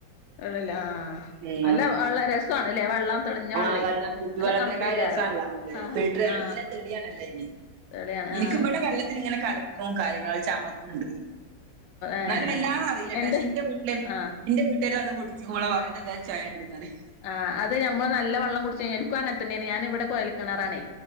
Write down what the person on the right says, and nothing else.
ഉം
ആ വെള്ളം കുപ്പിവെള്ളത്തിനെക്കായ
രസാണല്ലോ നമുക്ക്
ഫിൽട്ടർ
നല്ല തെളിയാണല്ലോ ഇനി
എനിക്ക്
ഇവിടെ വെള്ളത്തിന്ങ്ങനെ കലക്കൊം കാര്യങ്ങളും ചമർപ്പുണ്ട്
ന്നാലും വല്ലാതറീലട്ടാ
ശിന്റെ വീട്ടില്
ഇന്റെ വീട്ടാര് വന്ന് കുടിച്ചുമ്പള പറയാ ഇത്എന്താരു ചൊയണ്ട്ന്നറീ